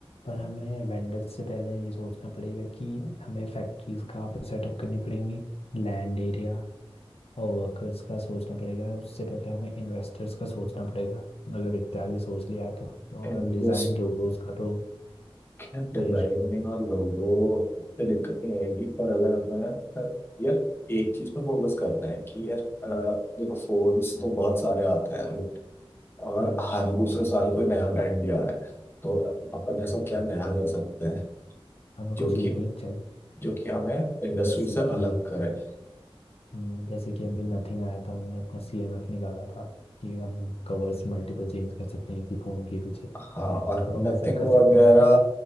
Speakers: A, on the left; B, on the left.
A: पर हमें वेंडर्स से पहले ये सोचना पड़ेगा कि हमें फैक्ट्रीज कहाँ पे सेटअप करनी पड़ेंगी लैंड एरिया और वर्कर्स का सोचना पड़ेगा उससे पहले हमें इन्वेस्टर्स का सोचना पड़ेगा अगर इतने आगे सोच लिया तो और
B: इन्वेस्ट
A: डिज़ाइन लोगोस का तो
B: डिजाइनिंग
A: फिर
B: और लोगो पे दिक्कत नहीं आएगी पर अगर हमें अ, यार एक चीज पे फोकस करना है कि यार अ, देखो फोन्स तो बहुत सारे आते हैं और
A: अ, हम्म,
B: हर दूसरे साल कोई नया ब्रांड भी आ रहा है तो अपन ऐसा क्या नया कर सकते हैं
A: हमें
B: जो
A: कुछ यूनिक
B: कि
A: चाहिए
B: जो कि हमें इंडस्ट्री
A: जैसे
B: से अलग
A: कि
B: करे
A: हम्म, जैसे कि अभी नथिंग आया था उनने अपना सीएमएफ निकाला था कि हम कवर्स मल्टीपल चेंज कर सकते हैं कि फ़ोन के पीछे
B: हाँ और
A: तो हम
B: नथिंग
A: ऐसा कर सकते
B: वगैरह
A: हैं कि